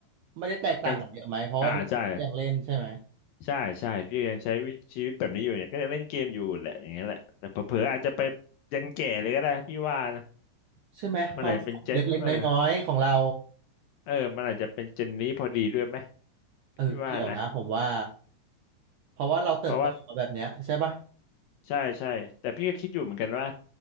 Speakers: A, on the right; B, on the left.
A: ไม่ได้แตกต่างกันเยอะไหมเพราะว่าทุกคนยังเล่นใช่ไหม
B: กันอ่าใช่ใช่ใช่พี่ยังใช้วิชีวิตแบบนี้อยู่เนี่ยก็ยังเล่นเกมอยู่แหละอย่างเงี้ยแหละแต่เผลอๆอาจจะไปยันแก่เลยก็ได้พี่ว่านะ
A: ใช่ไหมความสุขเล็กๆน้อยๆของเรา
B: มันอาจจะเป็นเจนเออเออมันอาจจะเป็นเจนนี้พอดีด้วยไหม
A: เออเกี่ยวนะผมว่า
B: พี่ว่านะ
A: เพราะว่าเราเติบโตมาแบบเนี้ยใช่ปะ
B: เพราะว่า ใช่ใช่แต่พี่ก็คิดอยู่เหมือนกันว่า